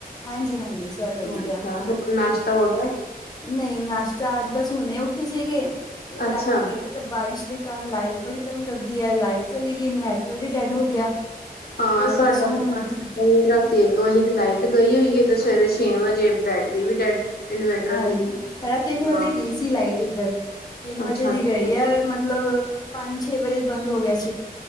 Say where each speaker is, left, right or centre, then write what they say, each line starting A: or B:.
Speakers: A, on the left (about 25°); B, on the left (about 80°).
A: ਹਾਂਜੀ ਹਾਂਜੀ ਸਭ ਵਧੀਆ
B: ਅੱਛਾ, ਹੋਰ ਨਾਸ਼ਤਾ ਹੋ ਗਿਆ?
A: ਨਹੀਂ ਨਾਸ਼ਤਾ ਅੱਜ ਬਸ ਹੁਣੇ ਉੱਠੇ ਸੀਗੇ,
B: ਅੱਛਾ
A: ਰਾਤੀ ਬਾਰਿਸ਼ ਦੇ ਕਾਰਨ ਲਾਈਟ ਬੜੀ ਤੰਗ ਕਰਦੀ ਹੈ, ਲਾਈਟ ਚਲੀ ਗਈ, ਇਨਵਰਟਰ ਵੀ ਡੈਡ ਹੋ ਗਿਆ।
B: ਹਾਂ
A: ਫਿਰ
B: ਸਾਡਾ
A: ਬਸ ਹੁਣ
B: ਇਨਵਰਟਰ ਏਦਾ ਹੀ ਰਾਤੀ <unintelligible> ਦੋ ਵਜੇ ਦੀ ਲਾਈਟ ਗਈ ਹੋਈ ਹੈ, ਤੇ ਸਵੇਰੇ ਛੇ ਵਜੇ ਬੈਟਰੀ ਵੀ ਡੈਡ ਇਨਵੇਟਰ
A: ਹਾਂਜੀ,
B: ਦੀ
A: ਸਵਾ ਤਿੰਨ ਵਜੇ
B: ਹਾਂ
A: ਗਈ ਸੀ। ਕੀ ਲਾਈਟ ਇੱਧਰ, ਤਿੰਨ ਵਜੇ
B: ਅੱਛਾ
A: ਦੀ
B: ਅੱਛਾ
A: ਗਈ ਹੈ, ਮਤਲਬ ਪੰਜ-ਛੇ ਵਜੇ ਬੰਦ ਹੋ ਗਿਆ ਸੀ।